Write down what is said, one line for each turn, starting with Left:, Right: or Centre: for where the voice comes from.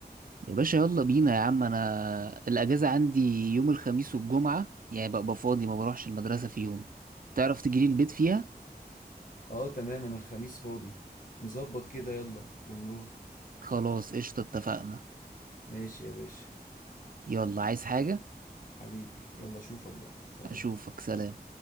Right: يا باشا يلا بينا يا عم أنا الأجازة عندي يوم الخميس والجمعة يعني ببقى فاضي ما بروحش المدرسة فيهم تعرف تجيلي البيت فيها؟
Left: اه تمام انا الخميس فاضي نظبط كده يلا ونروح
Right: خلاص قشطة اتفقنا
Left: ماشي يا باشا
Right: يلا عايز حاجة؟
Left: حبيبي يلا اشوفك بقى سلام
Right: أشوفك سلام